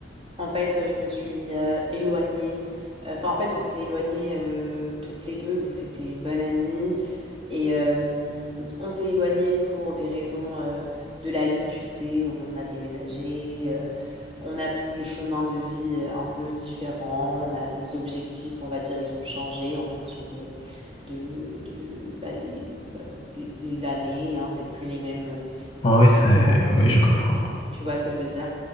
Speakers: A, on the right; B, on the left.
A: en fait, je me suis euh, éloignée. Euh, Enfin, en fait, on s'est éloignés euh, toutes les deux, donc c'était une bonne amie. Et euh, on s'est éloignés pour des raisons euh, de la vie, tu sais. On a déménagé, euh, on a pris des chemins de vie euh, un peu différents. On a nos objectifs, on va dire, ils ont changé en fonction de, de, de bah, des, bah, des, des années. hein. C'est plus les mêmes que
B: Ah
A: qu'on
B: Oui, c'est
A: s'est rencontrés.
B: oui, je comprends.
A: Tu vois ce que je veux dire?